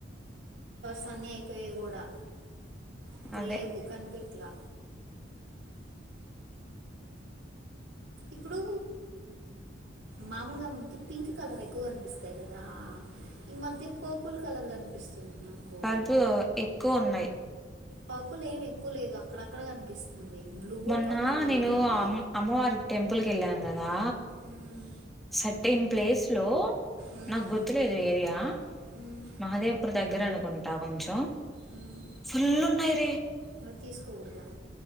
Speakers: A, on the right (about 80°); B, in the centre.
A: పన్న అయిపోయాయి కూడా ఇప్పుడు
B: అదే
A: లేవు కనిపెట్లా ఇప్పుడు మామూలుగా మమ్మనకి పింక్ కలర్ ఎక్కువ కనిపిస్తాయి కదా ఈ మధ్య పర్పుల్ కలర్ కనిపిస్తుంది నాకు
B: కరుపులు ఎక్కువ ఉన్నాయి
A: పకులు ఏం ఎక్కువ లేదు అక్కడక్కడ కనిపిస్తుంది బ్లూవో
B: మొన్న
A: పర్పులో
B: నేను
A: ఏదో అది
B: అమ్ అమ్మవారి టెంపుల్ క వెళ్ళాను కదా
A: మ్మ్,
B: సర్టీన్ ప్లేస్ లో
A: మ్మ్,
B: నాకు గుర్తులేదు ఏరియా
A: మ్మ్,
B: మహాదేవ్పూర్ దగ్గర అనుకుంటా కొంచెం
A: మ్మ్.
B: ఫుల్ ఉన్నాయిరే
A: మరి తీసుకోకూడదా